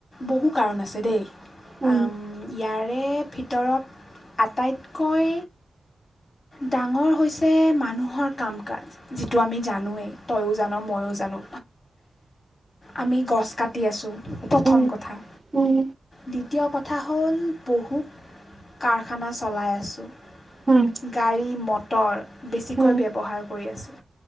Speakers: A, on the left (about 55°); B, on the right (about 20°).
A: বহু কাৰণ আছে দেই।
B: উম
A: ইয়াৰে ভিতৰত আটাইতকৈ ডাঙৰ হৈছে মানুহৰ কাম কাজ। যিটো আমি জানোৱেই তয়ো জান ময়ো জানো। আমি গছ কাটি আছোঁ প্ৰথম
B: উম
A: কথা।
B: উম
A: দ্বিতীয় কথা হ'ল বহু কাৰখানা চলাই আছোঁ।
B: উম,
A: গাড়ী মটৰ বেছিকৈ
B: উম
A: ব্যৱহাৰ কৰি আছোঁ।